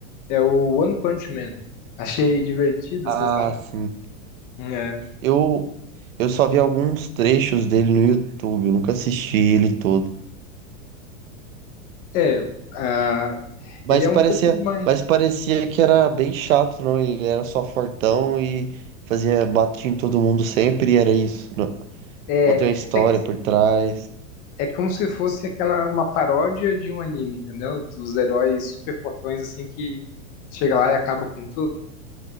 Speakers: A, on the left; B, on the right.
A: É o One Punch Man. Achei divertido,
B: Ah,
A: assim, sabe?
B: sim.
A: É.
B: Eu, eu só vi alguns trechos dele no YouTube, eu nunca assisti ele todo.
A: É, ah,
B: Mas
A: ele é
B: parecia,
A: um pouco mais.
B: mas parecia que era bem chato, não? Ele era só fortão e fazia batia em todo mundo sempre e era isso. né?
A: É,
B: Ou tem uma história
A: é, que-
B: por trás.
A: é como se fosse aquela uma paródia de um anime, entendeu? Dos heróis super fortões, assim, que chega lá e acaba com tudo.